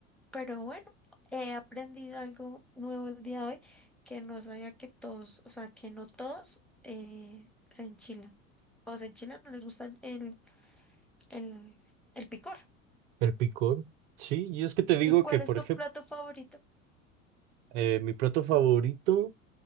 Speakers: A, in the centre; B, on the right.
A: Pero bueno, he aprendido algo nuevo el día de hoy que no sabía que todos, o sea, que no todos eh, se enchilan. O se enchilan, no les gusta el el, el picor.
B: El picor, sí, y es que te digo
A: ¿Y cuál
B: que, por
A: es tu
B: ejemplo,
A: plato favorito?
B: eh, mi plato favorito,